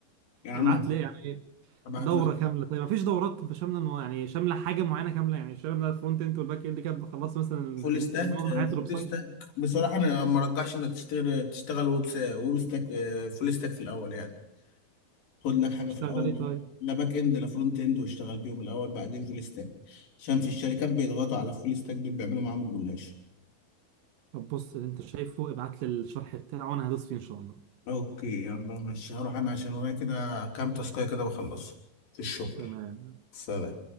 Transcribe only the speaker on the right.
ابعت لي يعني
دورة
كاملة طيب مفيش دورات شاملة يعني شاملة حاجة معينة كاملة يعني شاملة الفرونت اند والباك اند كده خلصت مثلا
حاجة-
معظم
حياة الويب
سايت
مم،
اشتغل
ايه
طيب
طب بص اللي انت شايفه ابعت لي الشرح بتاعه وانا هدوس فيه ان شاء الله
تمام